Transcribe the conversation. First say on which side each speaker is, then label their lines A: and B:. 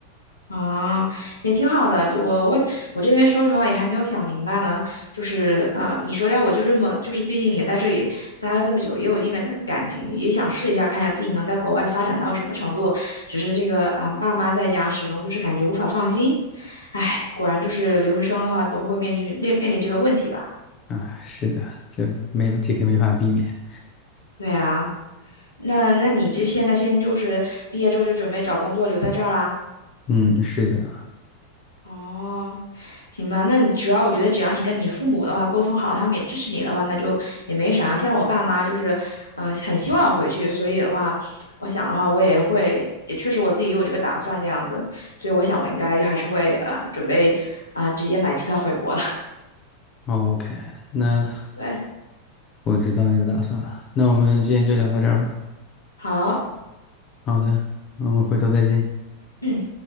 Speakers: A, on the left; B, on the left.
A: 啊，也挺好的。我我我这边说实话也还没有想明白呢。就是啊、呃你说要我就这么，就是毕竟也在这里待了这么久，也有一定的感感情，也想试一下，看一下自己能在国外发展到什么程度。只是这个啊、爸妈在家始终就是感觉无法放心。唉，果然就是留学生的话都会面临面面临这个问题吧？
B: 啊，是的，这没这个没法避免。
A: 对啊，那那你这现在先就是毕业之后就准备找工作留在这儿啦？
B: 嗯，是的。
A: 哦，行吧，那主要我觉得只要你跟你父母的话沟通好，他们也支持你的话，那就也没啥。像我爸妈就是，嗯、呃很希望我回去，所以的话，我想的话，我也会，也确实我自己也有这个打算这样子，所以我想我应该还是会，呃，准备，啊、直接买机票回国了。
B: OK，那
A: <laughs> 对，
B: 我知道你的打算了。那我们今天就聊到这儿吧。
A: 好，
B: 好的，我们回头再见。
A: 嗯。